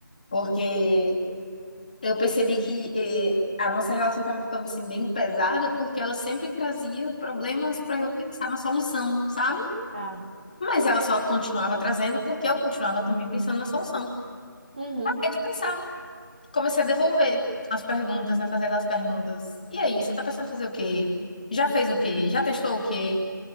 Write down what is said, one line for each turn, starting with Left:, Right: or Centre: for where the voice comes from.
Left: Porque eu percebi que eh, a nossa relação estava ficando assim, bem pesada, porque ela sempre trazia problemas para
Right: Hum,
Left: eu pensar na solução, sabe?
Right: tá.
Left: Mas ela só continuava trazendo porque eu continuava também pensando na solução.
Right: Uhum.
Left: É de pensar. comecei a devolver as perguntas, né? Fazer aquelas perguntas. E aí, você tá pensando em fazer o quê? Já fez o quê? Já testou o quê?